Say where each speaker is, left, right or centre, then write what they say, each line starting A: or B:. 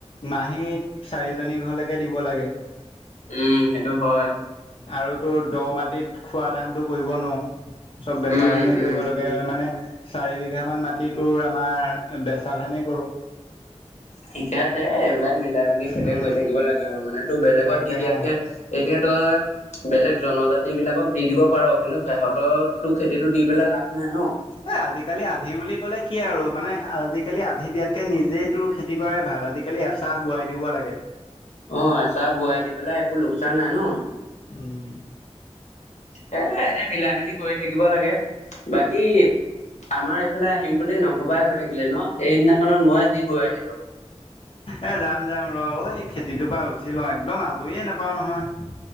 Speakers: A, on the left; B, on the left.
A: নাহীত চাৰিজনী ঘৰলৈকে দিব লাগে।
B: উম, সেইটো হয়।
A: আৰু তো দ মাটিত খোৱা ধানতটো কৰিব নোৱাৰো চব বেচা
B: উম
A: ধানেই
B: উম
A: কৰিব লাগে মানে চাৰি বিঘা মান মাটি তোৰ আমাৰ বেচা ধানেই কৰো।
B: ঠিকে আছে এইবিলাক মিলাই মেলি সিহতে
A: উম
B: কৈ থাকিব লাগে আৰু মানে তোৰ বেলেগত
A: তাকে
B: দি দিয়াতকে
A: অ
B: এতিয়া তই বেলেগ জনজাতি বিলাকক দি দিব পাৰ কিন্তু সেহঁতৰো খেতিতটো দি পেলাই লাভ নাই ন।
A: এ আজিকালি আধি বুলি কলে কি আৰু মানে আজিকালি আধি দিয়াতকে নিজে তোৰ খেতি কৰাই ভাল আজিকালি এচাহ বোৱাই দিব লাগে।
B: অ, এচাহ বোৱাই দি পেলাই একো লোকচান নাই ন।
A: উম,
B: সেইটো এদ মিলাই মেলি কৰি থাকিব লাগে বাকী আমাৰ এইফালে আহিম বুলি নভবাই হৈ থাকিলে ন সেইদিনাখনত মই যি গৈ আহিলো।
A: এ যাম যাম ৰ ঐ খেতিটোৰ পৰা উঠি লওঁ একদম আজৰিয়ে নোপাও নহয়।